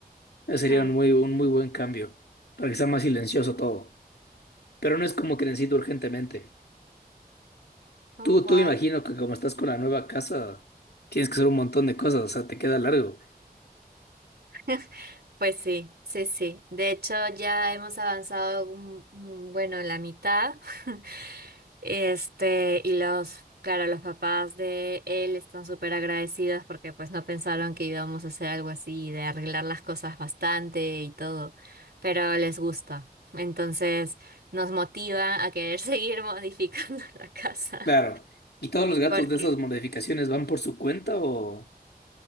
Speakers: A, on the left; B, on the right.
A: Ese sería
B: Hmm.
A: un muy, un muy buen cambio, para que sea más silencioso todo. Pero no es como que necesito urgentemente.
B: Oh,
A: Tú,
B: wow.
A: tú imagino que como estás con la nueva casa, tienes que hacer un montón de cosas, o sea, te queda largo.
B: <laughs> Pues sí, sí, sí. De hecho, ya hemos avanzado, un- un- bueno, la mitad. <laughs> Este, y los, claro, los papás de él están súper agradecidos porque pues no pensaron que íbamos a hacer algo así, de arreglar las cosas bastante y todo, pero les gusta. Entonces nos motiva a querer <laughs> seguir modificando la casa.
A: Claro. ¿Y todos los gatos
B: Porque,
A: de esas modificaciones van por su cuenta o...?